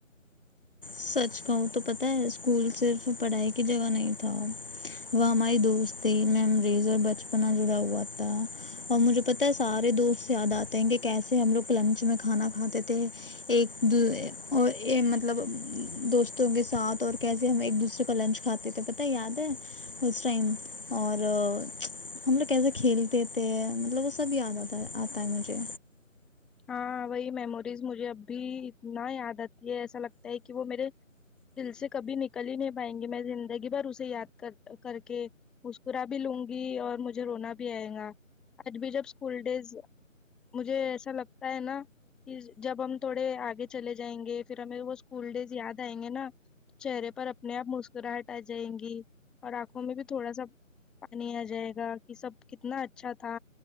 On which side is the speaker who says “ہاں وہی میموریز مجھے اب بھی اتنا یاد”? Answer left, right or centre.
Centre